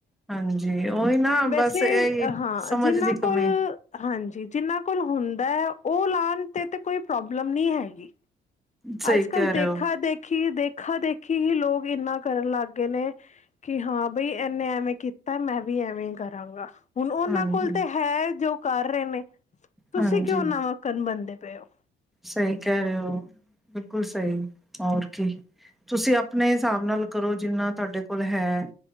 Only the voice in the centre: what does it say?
ਹਾਂਜੀ ਉਹੀ ਨਾ
ਬਸ ਇਹੀ
ਸਮਝ
ਦੀ ਕਮੀ
ਸਹੀ
ਕਹਿ
ਰਹੇ ਹੋ
ਹਾਂਜੀ
ਹਾਂਜੀ
ਸਹੀ ਕਹਿ ਰਹੇ ਹੋ। ਬਿਲਕੁਲ ਸਹੀ ਹੋਰ ਕੀ। ਤੁਸੀਂ ਆਪਣੇ ਹਿਸਾਬ ਨਾਲ ਕਰੋ, ਜਿੰਨਾ ਤੁਹਾਡੇ ਕੋਲ ਹੈ।